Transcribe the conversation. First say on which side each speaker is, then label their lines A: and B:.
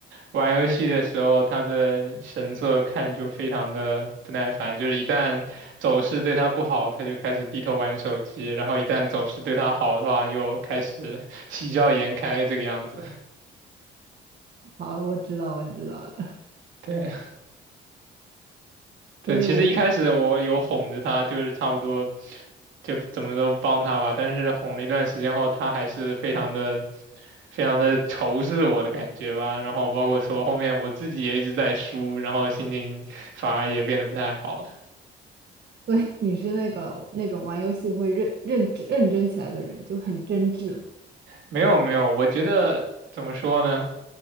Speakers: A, on the right (about 75°); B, on the right (about 55°).
A: 玩游戏的时候，他的神色看就非常的不耐烦，就是一旦走势对他不好，他就开始低头玩手机；然后一旦走势对他好的话，又开始 <laughs> 喜笑颜开这个样子。
B: 好，我知道，我知道了。<laughs>
A: 对对，
B: 所以我，
A: 其实一开始我有哄着他，就是差不多。就怎么都帮他吧，但是哄了一段时间后，他还是非常的非常的仇视我的感觉吧。然后包括说后面我自己也一直在输，然后心情反而也变得不太好了。
B: 所以你是那个那种玩游戏会认认真认真起来的人，就很真挚
A: 没有没有，我觉得怎么说呢？